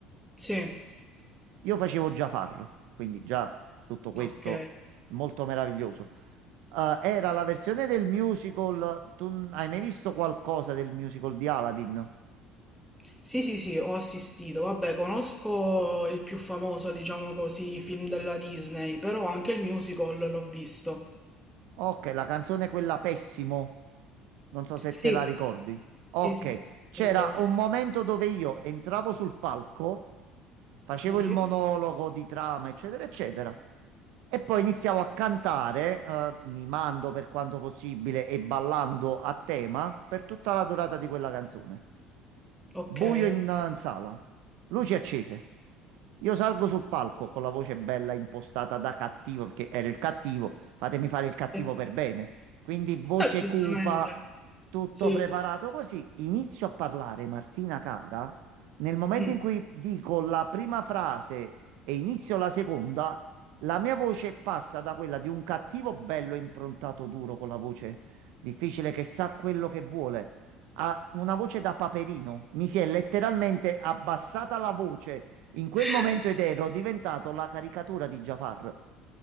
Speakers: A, in the centre; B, on the right.
A: Sì,
B: Io facevo Jafar, quindi già tutto questo
A: Ok.
B: è molto meraviglioso. Eh, era la versione del musical, tu n- hai mai visto qualcosa del musical di Aladdin?
A: Sì, sì, sì, ho assistito. Vabbè, conosco il più famoso, diciamo così, film della Disney, però anche il musical l'ho visto.
B: Ok, la canzone quella Pessimo. Non so se
A: Sì,
B: te la ricordi. Ok,
A: sì, sì, sì,
B: c'era
A: lo ricordo.
B: un momento dove io entravo sul palco, facevo
A: Sì,
B: il monologo di trama, eccetera, eccetera, e poi iniziavo a cantare, eh, mimando per quanto possibile e ballando a tema per tutta la durata di quella canzone.
A: ok.
B: Buio in,
A: <laughs>
B: eh, in sala, luci accese. Io salgo sul palco con la voce bella impostata da cattivo, perché ero il cattivo, fatemi fare il cattivo
A: Sì.
B: per bene. Quindi voce
A: Giustamente.
B: cupa, tutto
A: Sì.
B: preparato così. Inizio a parlare, Martina cara. Nel momento
A: Mm.
B: in cui dico la prima frase e inizio la seconda, la mia voce passa da quella di un cattivo bello improntato duro con la voce difficile che sa quello che vuole a una voce da paperino. Mi si è letteralmente abbassata la voce in
A: <laughs>
B: quel momento ed ero diventato la caricatura di Jafar.